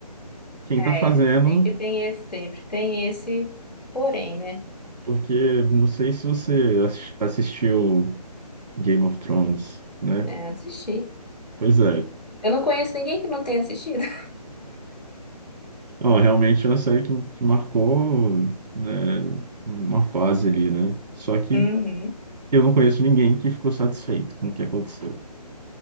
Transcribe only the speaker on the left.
É,
sempre tem esse, sempre tem esse porém, né?
Né, assistir.
Eu não conheço ninguém que não tenha assistido. <laughs>
Uhum.